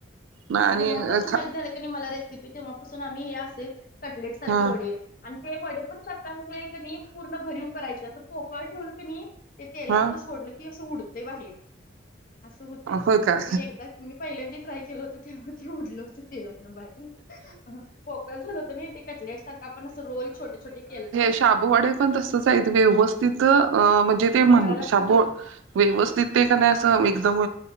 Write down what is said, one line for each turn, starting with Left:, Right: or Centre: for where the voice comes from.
Right: ना आणि
Left: जेव्हापासून
Right: खा
Left: माहित झाले त् मला रेसिपी तेव्हापासून आम्ही हे असेच कटलेट सारखे
Right: हा
Left: वडील ते वडे पण शकता म्हणजे क पूर्ण भरीव करायचे असं पोकळ ठेवलं की नाही ते तेला
Right: हा
Left: तर सोडलं की असं उडतंय बाहेर असं होते
Right: होय का
Left: मी एकदा पहिल्यांद ट्राय केलं होत ते उडल होतं तेला बाहे फोकस झा होत ते आपण रोल छोटे छोटे केलतो
Right: शा वडे पण तसच आहेत व्यवस्थित अ म्हणजे ते म्हण
Left: भरायला लागते
Right: साबोड
Left: होल
Right: व्यवस्थित ते का नाही अस एकदम